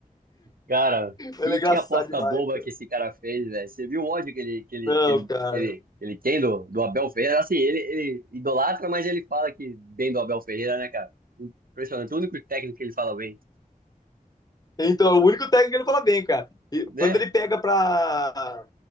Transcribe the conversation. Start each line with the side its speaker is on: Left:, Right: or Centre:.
Right: Cara,
Left: Ele
Right: que,
Left: é engraçado
Right: que aposta
Left: demais,
Right: boba
Left: cara.
Right: que esse cara fez, velho. Você viu o ódio que ele, que ele,
Left: Não,
Right: que ele,
Left: cara.
Right: que ele, que ele tem do, do Abel Ferreira? Assim, ele, ele idolatra, mas ele fala que bem do Abel Ferreira, né, cara? Impressionante. O único técnico que ele fala bem,
Left: Então, é o único técnico que ele fala bem, cara. E
Right: né?
Left: quando ele pega pra,